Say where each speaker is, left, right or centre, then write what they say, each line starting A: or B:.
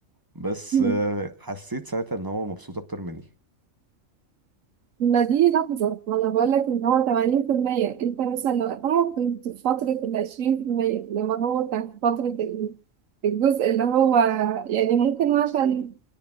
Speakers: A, on the right (about 15°); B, on the right (about 75°).
A: بس
B: <laughs>
A: آه، حسيت ساعتها إن هو مبسوط أكتر مني
B: ما دي لحظة ما أنا بقولك إن هو تمانين في المية أنت مثلا وقتها كنت في فترة العشرين في المية لما هو كان في فترة ال- الجزء اللي هو يعني ممكن عشان